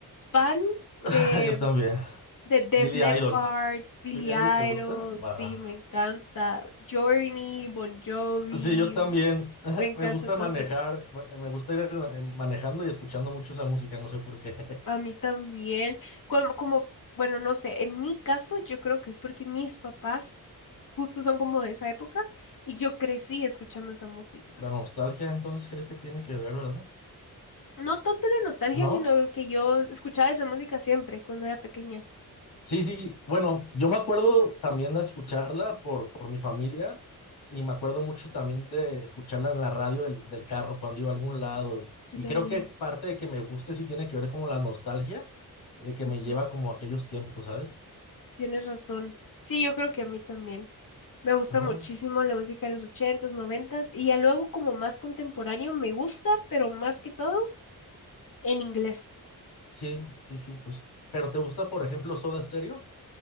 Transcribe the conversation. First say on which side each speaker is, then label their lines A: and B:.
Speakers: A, on the left; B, on the left.
A: fan
B: <laughs>
A: de
B: Yo también.
A: De Def
B: Billy
A: Leppard,
B: Idol.
A: Billy
B: ¿Billy Idol
A: Idol,
B: te gusta? Va.
A: sí, me encanta. Journey, Bon Jovi,
B: Sí, yo también. <laughs>
A: me encanta
B: Me gusta
A: estas
B: manejar, me me gusta ir en la- en- manejando y escuchando mucho esa música, no sé por qué.
A: A mí también. Como, como, bueno, no sé, en mi caso yo creo que es porque mis papás justo son como de esa época y yo crecí escuchando esa música.
B: <laughs> La nostalgia, entonces, ¿crees que tiene que ver, verdad?
A: No tanto la nostalgia,
B: ¿No?
A: sino que yo escuchaba esa música siempre cuando era pequeña.
B: Sí, sí, bueno, yo me acuerdo también de escucharla por, por mi familia y me acuerdo mucho también de escucharla en la radio del, del carro cuando iba a algún lado y,
A: Yo
B: y
A: también.
B: creo que parte de que me guste sí tiene que ver como la nostalgia de que
A: sí,
B: me
A: pues.
B: lleva como a aquellos tiempos, ¿sabes?
A: Tienes razón. Sí, yo creo que a mí también. Me gusta
B: Ajá,
A: muchísimo la música de los ochentas, noventas y ya luego como más contemporáneo me gusta, pero más que todo en inglés.
B: sí, sí, sí, pues, pero ¿te gusta, por ejemplo, Soda Stereo?